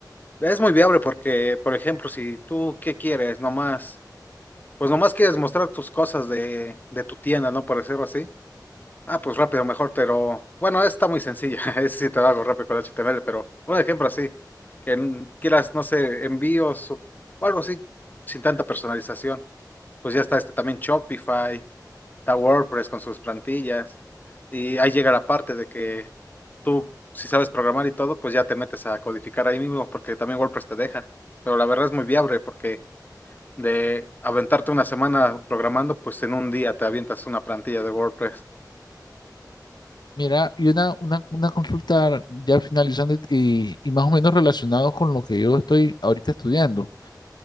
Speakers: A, on the left (about 25°); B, on the left (about 75°).
A: es muy viable porque, por ejemplo, si tú, ¿qué quieres? Nomás, pues nomás quieres mostrar tus cosas de, de tu tienda, ¿no? Por decirlo así. Ah, pues rápido, mejor, pero bueno, está muy sencilla. <laughs> Ese sí te lo hago rápido con H T M L, pero un ejemplo así, que n- quieras, no sé, envíos o o algo así, sin tanta personalización. Pues ya está este también Shopify, está WordPress con sus plantillas. Y ahí llega la parte de que tú, si sabes programar y todo, pues ya te metes a codificar ahí mismo, porque también WordPress te deja. Pero la verdad es muy viable, porque de aventarte una semana programando, pues en un día te avientas una plantilla de WordPress.
B: Mira, y una, una, una consulta ya finalizando y, y más o menos relacionado con lo que yo estoy ahorita estudiando.